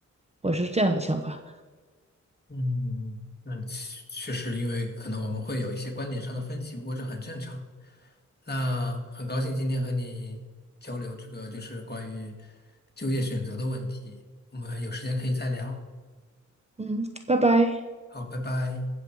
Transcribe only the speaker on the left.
嗯，那确确实，因为可能我们会有一些观点上的分歧，不过这很正常。那很高兴今天和你交流这个就是关于就业选择的问题，我们有时间可以再聊。
好，拜拜。